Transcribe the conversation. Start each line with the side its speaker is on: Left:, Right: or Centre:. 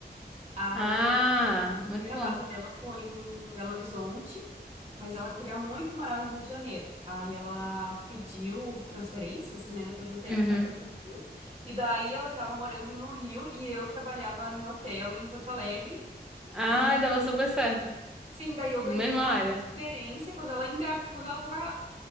Right: Aí
Centre: Ah,
Right: ela- a primeira
Centre: muito bom.
Right: base dela foi em Belo Horizonte, mas ela queria muito morar no Rio de Janeiro. Aí ela pediu transferência, assim, né, depois de um tempo,
Centre: Uhum.
Right: aí foi pro Rio. E daí ela estava morando no Rio e eu trabalhava em hotel em Porto Alegre.
Centre: Ah,
Right: E
Centre: dava super certo.
Right: sim, daí eu ganhei
Centre: Mesma
Right: uma
Centre: área.
Right: transferência quando ela engra... quando ela tava